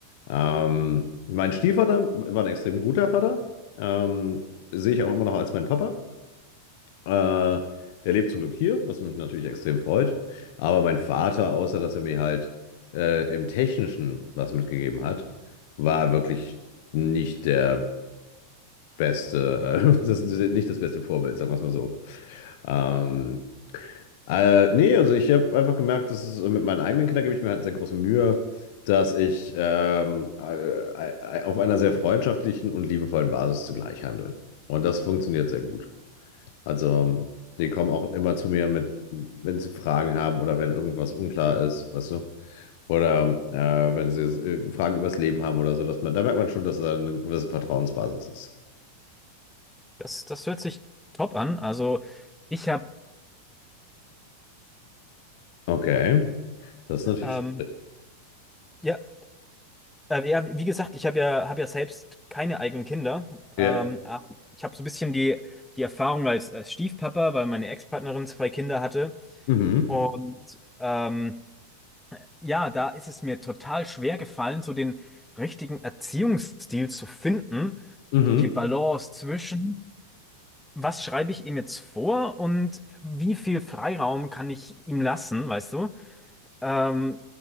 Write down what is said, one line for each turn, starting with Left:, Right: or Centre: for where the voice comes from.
Left: Ähm, mein Stiefvater war ein extrem guter Vater. Ähm, sehe ich auch immer noch als mein Papa. Äh, der lebt zum Glück hier, was mich natürlich extrem freut. Aber mein Vater, außer dass er mir halt äh, im Technischen was mitgegeben hat, war wirklich nicht der beste, äh, <laughs> das, nicht das beste Vorbild, sagen wir es mal so. Ähm, äh, nee, also ich habe einfach gemerkt, dass es äh, mit meinen eigenen Kindern gebe ich mir halt sehr große Mühe, dass ich ähm, äh, äh, auf einer sehr freundschaftlichen und liebevollen Basis zugleich handle. Und das funktioniert sehr gut. Also, die kommen auch immer zu mir mit, wenn sie Fragen haben oder wenn irgendwas unklar ist, weißt du? Oder äh, wenn sie äh, Fragen übers Leben haben oder so, dass man, da merkt man schon, dass da eine gewisse Vertrauensbasis ist.
Centre: Das, das hört sich top an. Also ich habe,
Left: Okay, das ist natürlich
Centre: ähm,
Left: schwierig.
Centre: ja, äh, ja, wie gesagt, ich habe ja, hab ja selbst keine eigenen Kinder.
Left: Ja.
Centre: Ähm, aber ich habe so ein bisschen die, die Erfahrung als, als Stiefpapa, weil meine Ex-Partnerin zwei Kinder hatte.
Left: Mhm.
Centre: Und ähm, ja, da ist es mir total schwer gefallen, so den richtigen Erziehungsstil zu finden.
Left: Mhm.
Centre: So die Balance zwischen, was schreibe ich ihm jetzt vor und wie viel Freiraum kann ich ihm lassen, weißt du? Ähm,